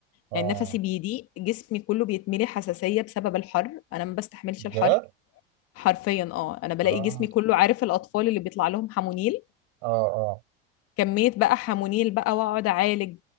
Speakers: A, on the right; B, on the left.
A: اه
B: يعني نفسي بيضيق جسمي كله بيتملي حساسيه بسبب الحر انا ما بستحملش الحر
A: جد
B: حرفيا اه انا بلاقي
A: آه
B: جسمي كله عارف الاطفال اللي بيطلع لهم حمونيل
A: اه اه
B: كمية بقى حمونيل بقى واقعد اعالج